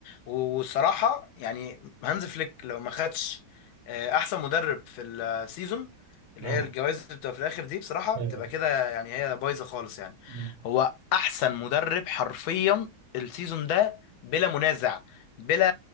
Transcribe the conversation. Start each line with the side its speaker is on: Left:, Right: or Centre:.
Left: والصراحة يعني هانز فليك لو ما خدش آه، احسن مدرب في السيزون اللي
Right: ايوه
Left: هي الجوائز اللي بتبقى في الاخر دي بصراحة
Right: ايوه
Left: بتبقى كده يعني هي بايظة خالص يعني
Right: مم.
Left: هو احسن مدرب حرفيا السيزون ده بلا منازع بلا